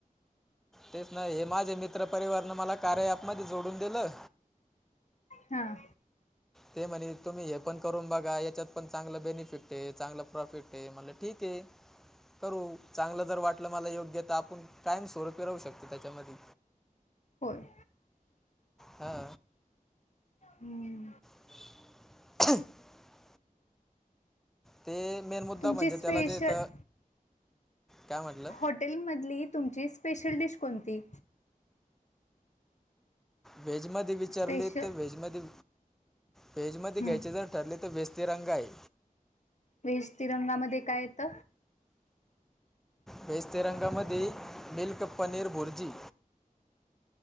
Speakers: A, in the centre; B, on the left (about 50°).
A: तेच ना, हे माझे मित्रपरिवारनं मला कार्य ॲपमध्ये जोडून दिलं.
B: हा.
A: ते म्हणे, तुम्ही हे पण करून बघा. याच्यात पण चांगलं बेनिफिट आहे, चांगलं प्रॉफिट आहे. म्हणलं ठीक आहे. करू चांगलं जर वाटलं मला योग्य तर आपण कायम स्वरुपी राहु शकतो त्याच्यामध्ये.
B: होय.
A: हा.
B: हं.
A: <unintelligible> ते मेन मुद्दा
B: तुमची
A: म्हणजे
B: स्पेशल
A: त्याला जे इथ, काय म्हणला?
B: हॉटेलमधली तुमची स्पेशल डिश कोणती?
A: व्हेजमध्ये विचारली
B: स्पेशल
A: तर, व्हेजमध्ये- व्हेजमध्ये
B: हं
A: घ्यायची जर ठरली तर व्हेज - तिरंगाई.
B: व्हेज तिरंगामध्ये काय येत?
A: व्हेज तिरंगामध्ये मिल्क पनीर भुर्जी.